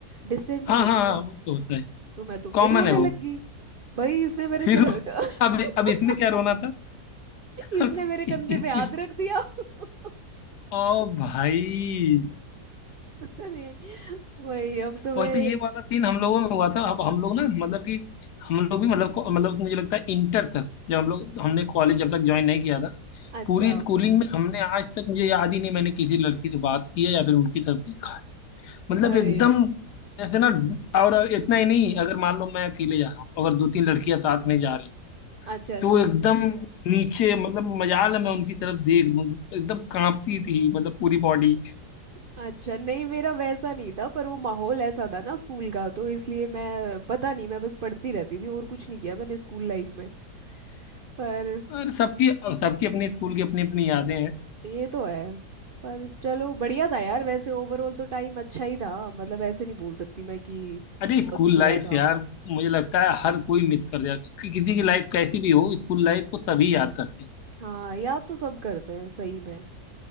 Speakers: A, on the right; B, on the left.
A: डिस्टेंस
B: हाँ
A: नहीं होती
B: हाँ
A: ना
B: हाँ वो तो होता है
A: तो मैं तो फिर
B: कॉमन
A: रोने
B: है वो
A: लग गई भाई इसने मेरे
B: फिर
A: सिर <laughs>
B: अब अब इसमें क्या रोना था <laughs>
A: इसने मेरे
B: इ,
A: कंधे
B: इ,
A: पे हाथ
B: इ,
A: रख दिया <laughs>
B: ओ भाई
A: अरे वही अब तो मैं
B: वैसे ये वाला सीन हम लोगों में हुआ था अब हम लोग ना मतलब कि हम लोग भी मतलब को- मतलब मुझे लगता है इंटर तक जब हम लोग हमने कॉलेज जब तक ज्वाइन नहीं किया था
A: अच्छा
B: पूरी स्कूलिंग में हमने आज तक मुझे याद ही नहीं मैंने किसी लड़की से बात की है या फिर उनकी तरफ देखा है मतलब
A: अरे
B: एकदम जैसे ना और इतना ही नहीं अगर मान लो मैं अकेले जा रहा हूँ अगर दो तीन लड़कियां साथ में जा रही हैं,
A: अच्छा अच्छा
B: तो वो एकदम नीचे मतलब मजाल है मैं उनकी तरफ देख दूं एकदम कांपती थी मतलब पूरी बॉडी
A: अच्छा नहीं मेरा वैसा नहीं था पर वो माहौल ऐसा था ना स्कूल का तो इसलिए मैं पता नहीं मैं बस पढ़ती रहती थी और कुछ नहीं किया मैंने स्कूल लाइफ में पर
B: और सबकी और सबकी अपने स्कूल की अपनी अपनी यादें हैं
A: ये तो है पर चलो बढ़िया था यार वैसे ओवरऑल तो टाइम अच्छा ही था मतलब ऐसे नहीं बोल सकती मैं कि
B: अरे
A: बहुत
B: स्कूल
A: बुरा
B: लाइफ
A: था
B: यार मुझे लगता है हर कोई मिस कर जाएगा कि किसी की लाइफ कैसी भी हो स्कूल लाइफ को सभी याद करते
A: हाँ याद तो सब करते हैं सही में